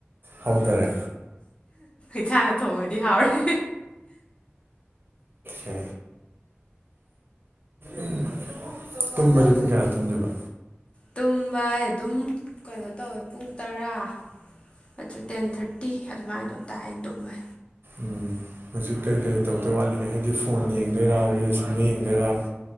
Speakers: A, on the right; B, on the left.
A: ꯍꯥꯎꯊꯔꯦ
B: ꯏꯁꯥꯅ ꯊꯣꯡꯉꯗꯤ ꯍꯥꯎꯔꯦ
A: ꯑ ꯎꯝ ꯇꯨꯝꯕꯗꯤ ꯄꯨꯡ ꯀꯌꯥ ꯇꯨꯝꯗꯣꯏꯕ
B: ꯇꯨꯝꯕ ꯑꯗꯨꯝ ꯀꯩꯅꯣ ꯇꯧꯋꯦ ꯄꯨꯡ ꯇꯔꯥ ꯑꯗꯨ ꯇꯦꯟ ꯊꯥꯔꯇꯤ ꯑꯗꯨꯃꯥꯏꯅ ꯑꯗꯨꯝ ꯇꯥꯛꯑꯅ ꯇꯨꯝꯃꯦ
A: ꯎꯝ ꯍꯧꯖꯤꯛ ꯀꯔꯤ ꯀꯔꯤ ꯇꯧꯗꯣꯏ ꯋꯥꯠꯂꯤꯒꯦ ꯍꯥꯏꯗꯤ ꯐꯣꯟ ꯌꯦꯡꯗꯣꯏꯔꯥ ꯔꯤꯜꯁꯀꯨꯝꯕ ꯌꯦꯡꯗꯣꯏꯔꯥ